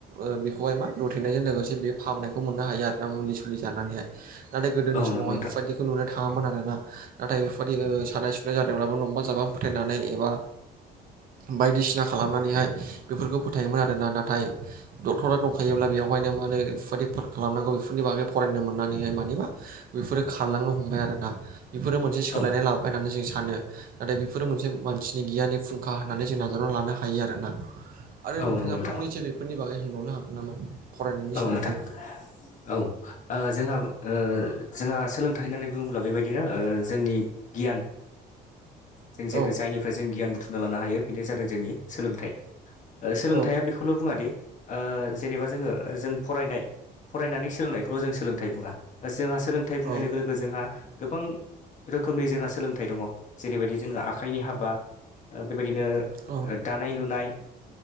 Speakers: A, on the right; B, on the left.
A: ओ बेखौहाय मा दुमथेनायजों लोगोसे बे फाहामनायखौ मोननो हायो आरो ना मुलि सुलि जानानैहाय, नाथाय गोदोनि
B: औ
A: समावहाय
B: नंगौ नोंथां
A: बेफोरबायदिखौ नुनो थाङामोन आरोना, नाथाय बेफोरबायदि सानाय सुनाय जादोंब्लाबो नंबा जाबां फोथायनानै एबा, बायदिसिना खालामनानैहाय बेफोरखौ फोथायोमोन आरोना नाथाय, डक्टरा दंखायोब्ला बेवहायनो मा होनो बेफोरबायदि फार खालामनांगौ बेफोरनि बागै फरायनो मोननानैहाय मानिबा बिफोरो खारलांनो हमबाय आरोना, इफोरो मोनसे सोलायनाय
B: औ
A: लाबोबाय होननानै जों सानो नाथाय बिफोरो मोनसे, मानसिनि गियाननि फुंखा होननानै जों नाजावना लानो हायो आरोना, आरो
B: औ
A: नोंथाङा
B: नंगौ नोंथां
A: फंनैसो बेफोरनि बागै होनबावनो हागोन नामा फरायनायनि
B: औ
A: सोमोन्दै,
B: नोंथां औ ओ जोंहा ओ जोंहा सोलोंथाइ होननानै बुङोब्ला बेबायदिनो ओ जोंनि, गियान, जों जेरै
A: औ
B: जायनिफ्राय जों गियान बुथुमना लानो हायो बेनो जादों जोंनि सोलोंथाइ, सोलोंथाइ
A: औ
B: बेखौल' बुङादि ओ जेनेबा जोङो जों फरायनाय फरायनानै सोलोंनाय, र'जों सोलोंथाइ बुङा जोंहा सोलोंथाइ बुंनाय
A: औ
B: लोगो लोगो जोंहा, गोबां रोखोमनि जोंहा सोलोंथाइ दङ जेरैबायदि जोंहा आखाइनि हाबा, ओ बेबायदिनो
A: औ
B: ओद दानाय लुनाय